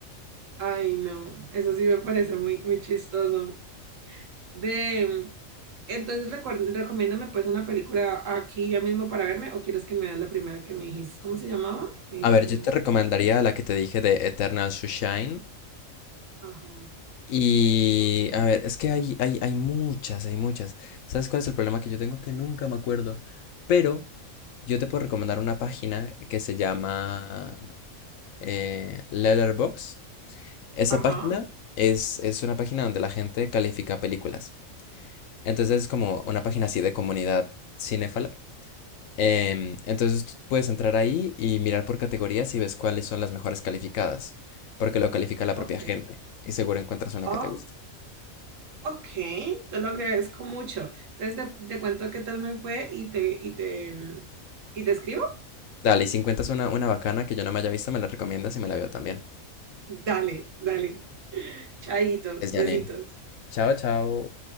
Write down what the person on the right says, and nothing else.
Ay, no, eso sí me parece muy, muy chistoso. De, mm, entonces recuer- recomiéndame pues una película aquí ya mismo para verme o quieres que me veas la primera que me dijiste. ¿Cómo se llamaba? Em,
ajá,
ok.
Ajá,
ok.
Oh,
ok. Te lo agradezco mucho. Entonces te, te cuento qué tal me fue y te, y te, em, y te escribo.
Dale, dale. <laughs> Chaitos,
besitos.